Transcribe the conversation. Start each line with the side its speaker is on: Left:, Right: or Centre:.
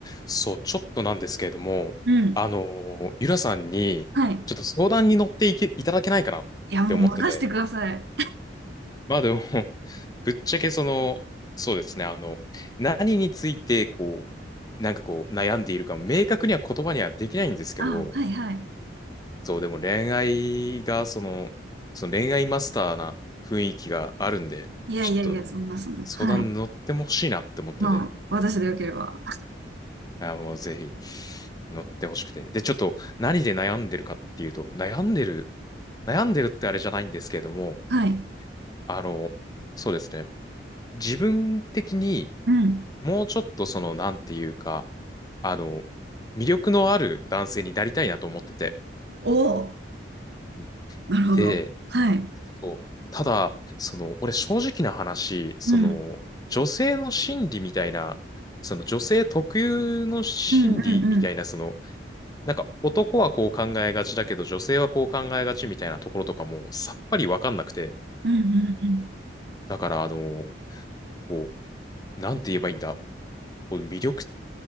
Left: そう、ちょっとなんですけれども、
Right: うん。
Left: あのー、ゆらさんに、
Right: はい。
Left: ちょっと相談に乗っていけ、いただけないかなって思ってて。
Right: いや、もう任せてください。
Left: まあでも <laughs> ぶっちゃけその、そうですね、あの、何について、こう、なんかこう、悩んでいるか、明確には言葉にはできないんですけど、
Right: あ、はいはい。
Left: そう、でも恋愛が、その、その恋愛マスターな雰囲気があるんで、
Right: いやいやいや、
Left: ちょっと
Right: そんなそんな。
Left: 相談に乗ってもほしいなって思ってて。
Right: はい。まあ、私でよければ。
Left: あもうぜひ乗ってほしくて。で、ちょっと何で悩んでるかっていうと、悩んでる、悩んでるってあれじゃないんですけれども、
Right: はい。
Left: あの、そうですね。自分的に
Right: うん。
Left: もうちょっとその、なんていうか、あの、魅力のある男性になりたいなと思ってて。
Right: おお、
Left: うん
Right: なるほど。
Left: で、
Right: はい。
Left: そう。ただ、その、俺正直な話、その、
Right: うん。
Left: 女性の心理みたいな、その女性特有の心理みたいな、
Right: うんうんうん。
Left: その、なんか男はこう考えがちだけど女性はこう考えがちみたいなところとかもさっぱりわかんなくて。
Right: うんうんうん。
Left: だからあの、こう、なんて言えばいいんだ。こう魅力